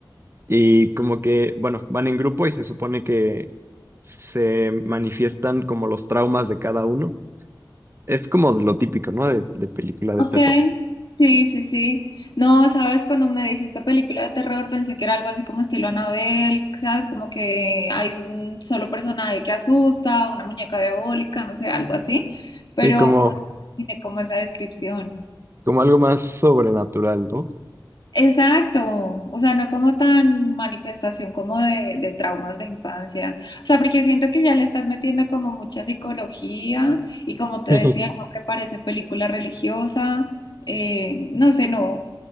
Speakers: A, on the right; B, on the left.
A: y como que, bueno, van en grupo y se supone que se manifiestan como los traumas de cada uno. Es como lo típico, ¿no? De, de película de
B: Ok,
A: terror.
B: sí, sí, sí. No, sabes, cuando me dijiste película de terror pensé que era algo así como estilo Anabel, sabes, como que hay un solo personaje que asusta, una muñeca diabólica, no sé, algo así, pero
A: Sí, como,
B: tiene como esa descripción.
A: como algo más sobrenatural, ¿no?
B: Exacto, o sea, no como tan manifestación como de, de traumas de infancia, o sea, porque siento que ya le estás metiendo como mucha psicología y como te
A: <laughs>
B: decía, no me parece película religiosa, eh, no sé, no.